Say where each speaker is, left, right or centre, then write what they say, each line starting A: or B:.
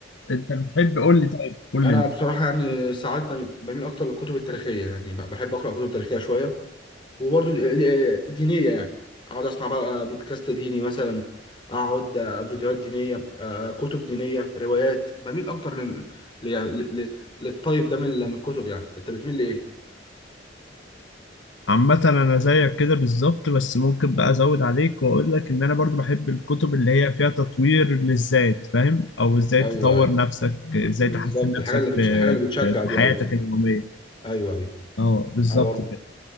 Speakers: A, on the left; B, on the left.
A: انت بتحب قول لي طيب قول
B: انا
A: لي انت
B: بصراحه يعني ساعات بميل اكتر للكتب التاريخيه يعني بحب اقرا كتب تاريخيه شويه وبرضو دي- دي- دينيه يعني اقعد اسمع بقى بودكاست ديني مثلا اقعد آه، فيديوهات دينيه آه، كتب دينيه روايات بميل اكتر لل... ل... ل... للطيب ده من من الكتب يعني انت بتميل لايه
A: عامة أنا زيك كده بالظبط بس ممكن بقى أزود عليك وأقول لك إن أنا برضو بحب الكتب اللي هي فيها تطوير للذات فاهم أو إزاي
B: ايوه
A: تطور
B: ايوه
A: نفسك إزاي
B: بالظبط
A: تحسن
B: الحاجه
A: نفسك
B: اللي بتش...
A: في
B: الحاجه اللي بتشجع
A: في, في
B: دي
A: حياتك
B: ايوه
A: اليومية
B: ايوه ايوه
A: أه بالظبط
B: انا برضو
A: كده